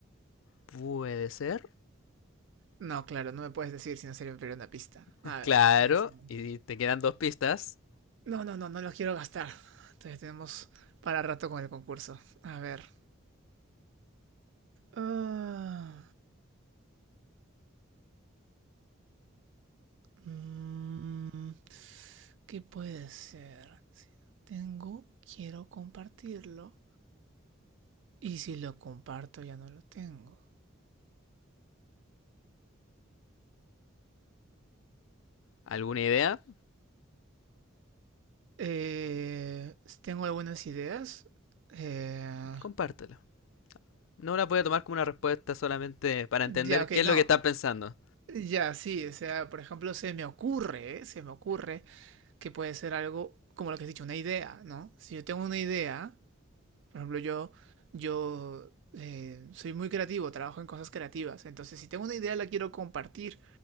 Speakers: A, on the left (about 75°); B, on the right (about 60°).
A: Puede ser.
B: No, claro, no me puedes decir si no sería una pista.
A: <laughs>
B: A
A: Claro.
B: ver, pensemos.
A: Y te quedan dos pistas.
B: No, no, no, no lo quiero gastar. Entonces tenemos para rato con el concurso. A ver. Ah, mm, ¿qué puede ser? Si no tengo, quiero compartirlo. Y si lo comparto, ya no lo tengo.
A: ¿Alguna idea?
B: Eh, tengo algunas ideas. Eh,
A: Compártelo. No la puede tomar como una respuesta solamente para
B: ya,
A: entender
B: ok,
A: qué es
B: no.
A: lo que está pensando.
B: Ya, sí, o sea, por ejemplo, se me ocurre, se me ocurre que puede ser algo como lo que has dicho, una idea, ¿no? Si yo tengo una idea, por ejemplo, yo, yo eh, soy muy creativo, trabajo en cosas creativas, entonces si tengo una idea la quiero compartir